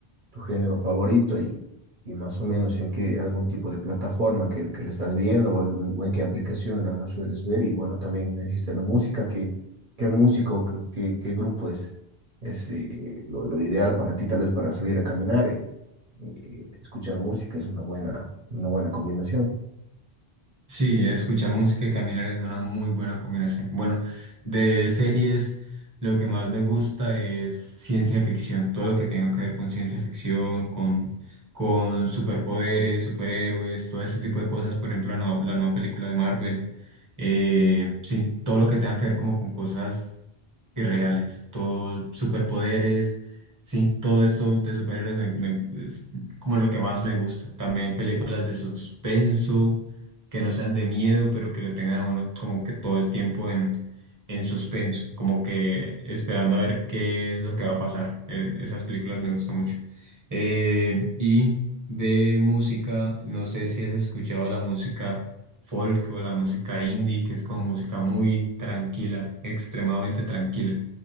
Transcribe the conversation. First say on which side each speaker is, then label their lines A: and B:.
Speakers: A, on the right (about 55°); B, on the right (about 20°).
A: tu género favorito y, y más o menos en qué algún tipo de plataforma que, le- que le estás viendo o en, o en qué aplicación la, la sueles ver. Y bueno, también existe la música, qué, qué música o qué, qué, qué grupo es, es eh, lo, lo ideal para ti, tal vez para salir a caminar. eh, eh, escuchar música es una buena, una buena combinación.
B: Sí, escuchar música y caminar es una muy buena combinación. Bueno, de series, lo que más me gusta es ciencia ficción, todo lo que tenga que ver con ciencia ficción, con, con superpoderes, superhéroes, todo ese tipo de cosas. Por ejemplo, la nueva, la nueva película de Marvel. Eh, sí, todo lo que tenga que ver como con cosas irreales, todo superpoderes. Sí, todo esto de superhéroes me- me- es como lo que más me gusta. También películas de suspenso que no sean de miedo, pero que lo tengan a uno como que todo el tiempo en, en suspenso, como que esperando a ver qué es lo que va a pasar. Eh, esas películas me gustan mucho. Eh, y de música, no sé si has escuchado la música folk o la música indie, que es como música muy tranquila, extremadamente tranquila,